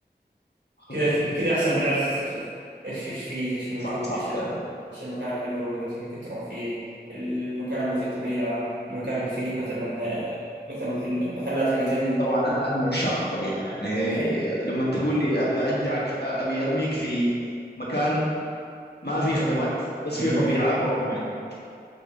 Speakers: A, on the right; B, on the left.
A: كذا
B: اوكي
A: كذا أحسن تعرف تستكشف إيش إيش فيه إيش موجود
B: صح صح
A: إيش ال...
B: كلامك
A: إيش المكان الحلو اللي مثلا ممكن تروح فيه المكان اللي فيه طبيعة المكان اللي فيه مثلا آه، مثلا محل... محلات حقت أنمي
B: طبعا انا انا من عشاق الطبيعه يعني
A: آه،
B: لما تقول لي ابي اجدعك ابي ارميك في مكان ما في خدمات بس
A: مهم.
B: في طبيعه بروح ما عندي